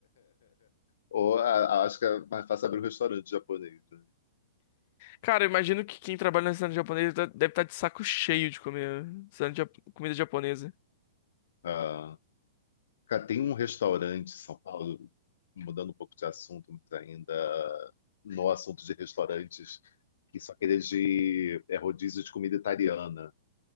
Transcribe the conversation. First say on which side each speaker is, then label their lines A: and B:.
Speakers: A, on the left; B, on the left.
A: Ou a- acho que é mais fácil abrir um restaurante japonês. né?
B: Cara, eu imagino que quem trabalha no restaurante japonês tá- deve estar de saco cheio de comer restaurante jap- comida japonesa.
A: Ah. Cara, tem um restaurante em São Paulo, mudando um pouco de assunto, mas ainda no assunto de restaurantes, que são aqueles de é rodízio de comida italiana.